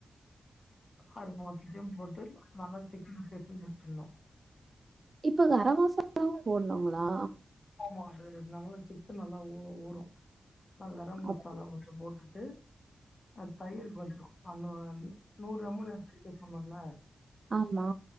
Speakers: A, on the left (about 40°); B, on the right (about 45°).
A: அது மொத்தத்தையூ போட்டு நல்லா சிக்கன் பெசஞ்சி வச்சிர்னோ
B: இப்ப இத அர வாசோ போட்ணூங்களா
A: ஆமா அது நல்லா சிக்கன் நல்லா ஊ ஊரும் அதா கரம் மசாலா
B: அப்
A: கொஞ்சோ போட்டுட்டு அ தயிர் கொஞ்சோ அ ந நூறு எம் எல் எடுத்து வைக்க சொன்னல்ல
B: ஆமா